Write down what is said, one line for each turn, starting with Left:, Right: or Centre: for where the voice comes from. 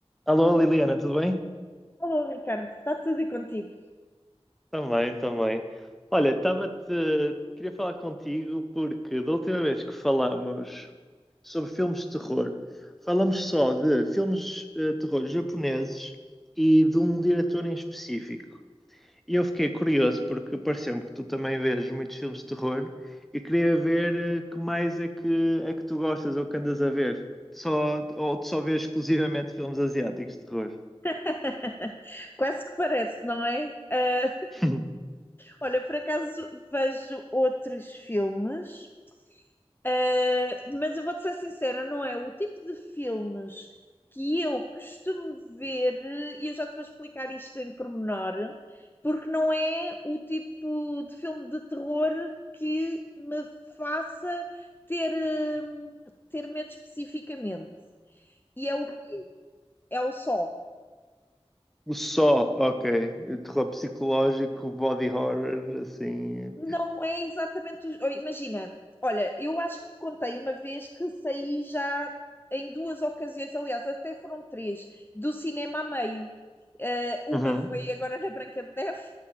Centre: Alô, Liliana, tudo bem?
Left: Alô, Ricardo, está tudo e contigo?
Centre: Também, também. Olha, estava-te. Queria falar contigo porque da última vez que falámos sobre filmes de terror, falamos só de filmes eh, de terror japoneses e de um diretor em específico. E eu fiquei curioso porque pareceu-me que tu também vês muitos filmes de terror e queria ver eh, que mais é que, é que tu gostas ou que andas a ver. Tu só, ou tu só vês exclusivamente filmes asiáticos de terror?
Left: <laughs> Quase que parece, não é? Ah,
Centre: <laughs>
Left: olha, por acaso vejo outros filmes, ah, mas eu vou-te ser sincera, não é o tipo de filmes que eu costumo ver, e eu já te vou explicar isto em pormenor, porque não é o tipo de filme de terror que me faça ter, hum, ter medo especificamente. E é o, é o só.
Centre: o Só, ok. O terror psicológico, body horror, assim.
Left: Não é exatamente. os- oh, Imagina, olha, eu acho que te contei uma vez que saí já em duas ocasiões, aliás, até foram três, do cinema a meio. Eh, uma
Centre: Uhum.
Left: foi agora na Branca de Neve,